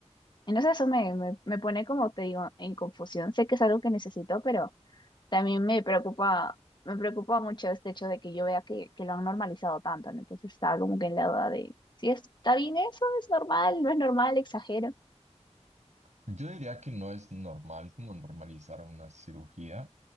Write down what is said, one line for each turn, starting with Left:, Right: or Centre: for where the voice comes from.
Left: entonces eso me, me, me pone, como te digo, en confusión. Sé que es algo que necesito, pero también me preocupa, me preocupa mucho este hecho de que yo vea que, que lo han normalizado tanto, ¿no? Entonces estaba como que en la duda de si está bien eso, es normal, no es normal, exagero.
Right: Yo diría que no es normal como normalizar una cirugía,